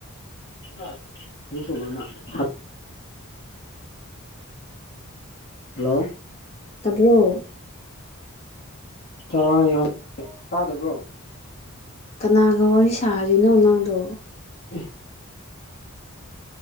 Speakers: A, on the left; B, on the left.
A: <unintelligible> ꯍꯜꯂꯣ
B: ꯇꯥꯕ꯭ꯔꯣ
A: ꯇꯥꯏꯌꯦ ꯍꯧꯖꯤꯛꯇꯤ ꯇꯥꯗꯕ꯭ꯔꯣ
B: ꯀꯅꯥꯒ ꯋꯥꯔꯤ ꯁꯥꯔꯤꯅꯣ ꯅꯪꯗꯣ
A: <unintelligible>